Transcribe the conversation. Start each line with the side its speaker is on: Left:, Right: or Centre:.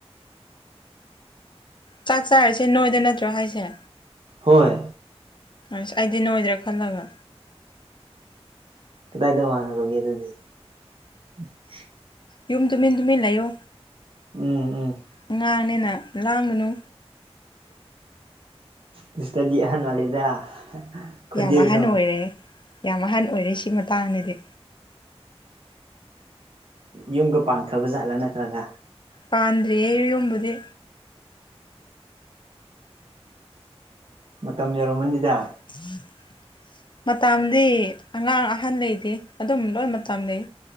Left: ꯆꯥꯛ ꯆꯥꯔꯁꯦ ꯅꯣꯏꯗ ꯅꯠꯇ꯭ꯔꯣ ꯍꯥꯏꯁꯦ
Right: ꯍꯣꯏ
Left: ꯑꯁ ꯑꯩꯗꯤ ꯅꯣꯏꯗ꯭ꯔꯥ ꯈꯜꯂꯒ
Right: ꯀꯗꯥꯏꯗ <unintelligible> ꯑꯗꯨꯗꯤ <inaudible>
Left: ꯌꯨꯝ ꯇꯨꯃꯤꯟ ꯇꯨꯃꯤꯟ ꯂꯩꯌꯣ
Right: ꯎꯝ ꯎꯝ
Left: ꯑꯉꯥꯡꯅꯤꯅ ꯂꯥꯡꯒꯅꯨ
Right: ꯁꯤꯁꯇ꯭ꯔꯗꯤ ꯑꯍꯟ ꯃꯥꯜꯂꯤꯗ ꯈꯣꯟꯖꯦꯜꯁꯨ
Left: ꯌꯥꯝ ꯑꯍꯟ ꯑꯣꯏꯔꯦ ꯌꯥꯝ ꯑꯍꯟ ꯑꯣꯏꯔꯦ ꯁꯤ ꯃꯇꯥꯡꯗꯗꯤ
Right: ꯌꯨꯝꯒ ꯄꯥꯟꯈ꯭ꯔꯕ ꯖꯥꯠꯂꯥ ꯅꯠꯇ꯭ꯔꯒ
Left: ꯄꯥꯟꯗ꯭ꯔꯤꯌꯦ ꯌꯨꯝꯕꯨꯗꯤ
Right: ꯃꯇꯝ ꯌꯧꯔꯝꯃꯅꯤꯗ
Left: <unintelligible> ꯃꯇꯝꯗꯤ ꯑꯉꯥꯡ ꯑꯍꯟ ꯂꯩꯇꯦ ꯑꯗꯨꯝ ꯂꯣꯏ ꯃꯇꯝ ꯂꯩ